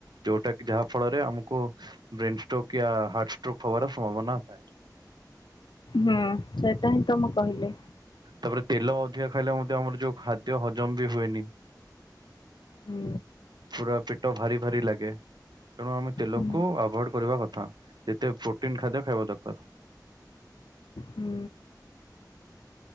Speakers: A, on the right; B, on the left.
A: ଯୋଉଟା କି ଯାହା ଫଳରେ ଆମୁକୁ ବ୍ରେନ ଷ୍ଟ୍ରୋକ୍ କି ଆ ହାର୍ଟ ଷ୍ଟ୍ରୋକ୍ ହବାର ସମ୍ଭାବନା ଥାଏ।
B: ହୁଁ ସେଇଟା ହିଁ ତ ମୁଁ କହିଲି।
A: ତାପରେ ତେଲ ଅଧିକା ଖାଇଲେ ମଧ୍ୟ ଆମର ଯୋଉ ଖାଦ୍ୟ ହଜମ ବି ହୁଏନି।
B: ହୁଁ।
A: ପୁରା ପେଟ ଭାରି ଭାରି ଲାଗେ। ତେଣୁ ଆମେ ତେଲକୁ
B: ହୁଁ
A: ଆଭୋଏଡ୍ କରିବା କଥା ଯେତେ ପ୍ରୋଟିନ୍ ଖାଦ୍ୟ ଖାଇବା ଦରକାର।
B: ହୁଁ।